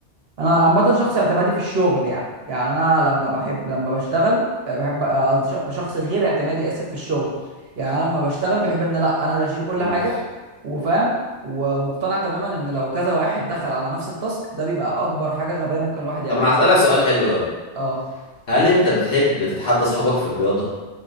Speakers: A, on the right; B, on the left.
A: انا عامه شخص اعتمادي في الشغل يعني يعني انا لما بحب لما بشتغل آه، بحب آه، قصدي ش- شخص غير اعتمادي اسف في الشغل يعني انا لما بشتغل بحب ان لا انا اللي اشيل كل
B: مم.
A: حاجه وفاهم ومقتنع تماما ان لو كذا واحد دخل على نفس التاسك ده بيبقى اكبر حاجه غبيه ممكن الواحد يعملها
B: طب انا هسألك سؤال حلو قوي
A: اه
B: هل انت بتحب تتحدى اصحابك في الرياضة